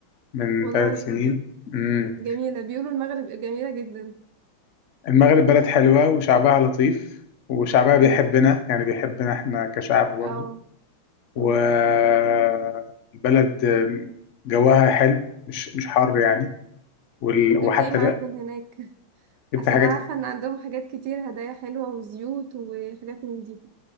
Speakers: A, on the left; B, on the right.
A: من
B: والله
A: ثلاث سنين مم.
B: جميلة بيقولوا المغرب جميلة جدا
A: المغرب بلد حلوة وشعبها لطيف وشعبها بيحبنا
B: مم.
A: يعني بيحبنا احنا كشعب برضه
B: اه
A: والبلد
B: مم.
A: جواها حلو مش مش حر يعني
B: مم.
A: وال-
B: طب
A: وحتى
B: جبت ايه معاك
A: لا
B: من هناك <laughs>
A: جبت
B: عشان
A: حاجات
B: انا عارفة ان عندهم حاجات كتير هدايا حلوة وزيوت وحاجات من دي